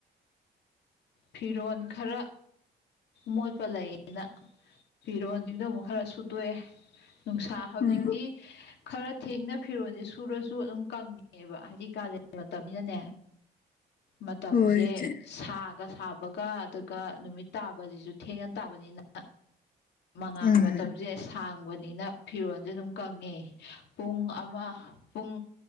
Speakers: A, on the left (about 75°); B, on the left (about 55°).
A: ꯐꯤꯔꯣꯜ ꯈꯔ ꯃꯣꯠꯄ ꯂꯩꯌꯦꯅ ꯐꯤꯔꯣꯟꯁꯤꯡꯗꯣ ꯑꯃꯨꯛ ꯈꯔ ꯁꯨꯠꯗꯣꯛꯑꯦ ꯅꯨꯡꯁꯥ ꯍꯧꯖꯤꯛꯀꯤ
B: ꯎꯝ
A: ꯈꯔ ꯊꯦꯡꯅ ꯐꯤꯔꯣꯟꯁꯦ ꯁꯨꯔꯁꯨ ꯑꯗꯨꯝ ꯀꯪꯉꯦꯕ ꯍꯥꯏꯗꯤ ꯀꯥꯂꯦꯟ ꯃꯇꯝꯅꯤꯅꯅꯦ ꯃꯇꯝꯁꯦ
B: ꯍꯣꯏ ꯏꯆꯦ
A: ꯁꯥꯡ ꯁꯥꯒ ꯁꯥꯕꯒ ꯑꯗꯨꯒ ꯅꯨꯃꯤꯠ ꯇꯥꯕꯁꯤꯁꯨ ꯊꯦꯡꯅ ꯇꯥꯕꯅꯤꯅ ꯃꯉꯥꯜꯒꯤ
B: ꯎꯝ
A: ꯃꯇꯝꯁꯦ ꯁꯥꯡꯕꯅꯤꯅ ꯐꯤꯔꯣꯜꯁꯦ ꯑꯗꯨꯝ ꯀꯪꯉꯦ ꯄꯨꯡ ꯑꯃ ꯄꯨꯡ